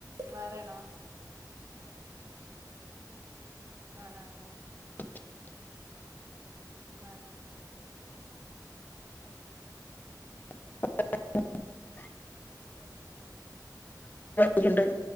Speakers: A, on the right; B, on the left.
A: വേറെണോ ആ ആ ആ
B: <inaudible>
A: ആഹ് ആഹ്
B: <unintelligible> <unintelligible> ണ്ട്